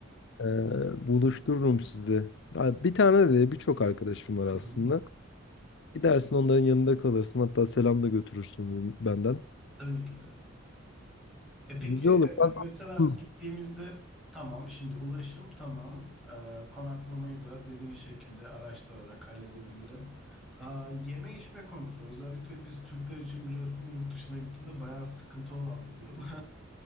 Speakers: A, on the left; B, in the centre.
A: Ee, buluştururum sizi. Ha, Bir tane de değil, birçok arkadaşım var aslında.
B: Hı hı.
A: Gidersin onların yanında kalırsın. Hatta selam da götürürsün benden.
B: Tabii ki de. E peki
A: Güzel
B: e,
A: olur. Ben-
B: mesela
A: Hı.
B: gittiğimizde tamam şimdi ulaşım tamam E, konaklamayı da dediğin şekilde araştırarak halledebilirim. Aa, yeme içme konusu özellikle biz Türkler için biliyorsun yurt dışına gittiğinde bayağı sıkıntı olan bir durum. <laughs>